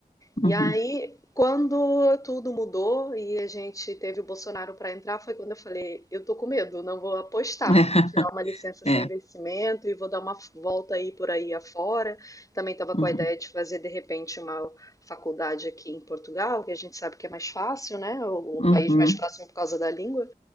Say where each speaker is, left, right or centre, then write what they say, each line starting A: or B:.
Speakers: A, on the left (about 20°); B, on the left (about 40°).
A: E
B: uhum.
A: aí, quando tudo mudou e a gente teve o Bolsonaro para entrar, foi quando eu falei: eu tô com medo, não vou apostar,
B: <laughs>
A: vou tirar uma licença sem
B: É.
A: vencimento e vou dar uma volta aí por aí afora. Também estava com
B: Uhum,
A: a ideia de fazer de repente uma faculdade aqui em Portugal, que a gente sabe que é mais fácil, né? O, o
B: uhum,
A: país mais próximo por causa da língua.